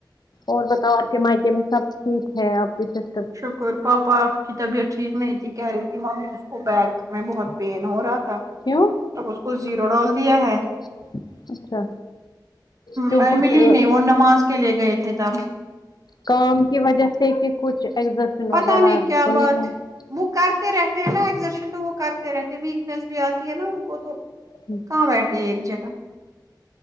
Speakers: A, on the left (about 60°); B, on the right (about 45°).
A: اور بتاؤ آپ کے مائکے میں سب ٹھیک ہے آپ ٹھیک ہیں
B: شکر پا پا کی طبیعت ٹھیک نہیں تھی کہہ رہی تھی ممی اس کو بیک میں بہت پین ہو رہا تھا
A: کیوں
B: اب اس کو زیرو ڈال دیا ہے
A: <unintelligible> اچھا کیوں
B: میں
A: کچھ
B: ملی نہیں وہ نماز کے لیے گئے تھے تب
A: کام کی وجہ سے کہ کچھ ایگزرشن وغیرہ
B: پتا نہیں کیا
A: تو
B: بات
A: نہیں ہے
B: وہ کرتے رہتے ہیں نا ایکزرشن تو وہ کرتے رہتے ویکنیس بھی آتی ہے نا ان کو تو
A: اچھا
B: کہاں بیٹھتے ایک جگہ